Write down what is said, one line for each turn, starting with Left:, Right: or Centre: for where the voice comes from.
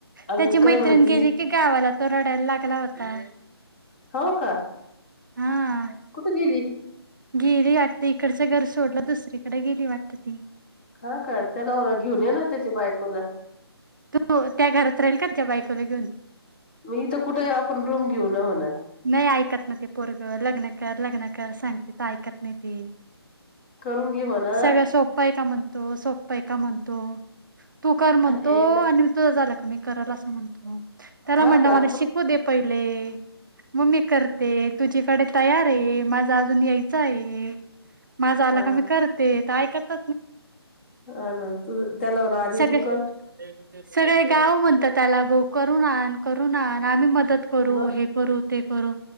Left: अजून
Right: त्याची मैत्रिण
Left: काय म्हणती
Right: गेली की गावाला तो रडायला लागला होता.
Left: हो का.
Right: हा
Left: कुठे गेली?
Right: गेली वाटते इकडचं घर सोडलं दुसरीकडे गेली वाटत ती
Left: हा का त्याला घेऊन ये ना त्याची बायकोला
Right: तो त्या घरात राहील का त्या बायकोला घेऊन
Left: मग इथं कुठे आपण रूम घेऊ न म्हणा
Right: नाही ऐकत नाही ते पोरग लग्न कर लग्न कर सांगते त ऐकत नाही ती
Left: करून घे म्हणा
Right: सगळं सोप्प आहे का म्हणतो सोपा आहे का म्हणतो तू कर म्हणतो
Left: अरे ल-
Right: आणि तुझ झाला का मी करायला असं म्हणतो त्याला
Left: हा
Right: म्हण
Left: का
Right: मला शिकू दे पहिले म मी करते तुझी कडे तयार आहे माझा अजून यायचं आहे माझा आला
Left: हा
Right: क मी करते ऐकत
Left: हा ना तू त्याला म्हणा आधी
Right: सगळे
Left: तू कर
Right: सगळे गाव म्हणतात आला बो करून आण करून आण आम्ही मदत करू
Left: मग
Right: हे ते करू